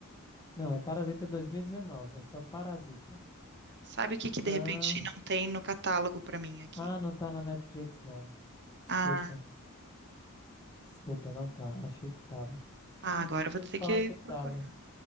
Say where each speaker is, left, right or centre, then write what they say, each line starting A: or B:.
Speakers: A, on the left; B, on the right.
A: Não, é Parasita 2019, é só Parasita.
B: Sabe o que que de
A: Tá.
B: repente não tem no catálogo pra mim aqui?
A: Ah, não tá na Netflix não. Desculpa.
B: Ah,
A: Desculpa, não tá. Achei que tava.
B: ah,
A: Eu
B: agora
A: tinha ouvido
B: eu vou ter
A: falar
B: que
A: que tava,
B: procurar.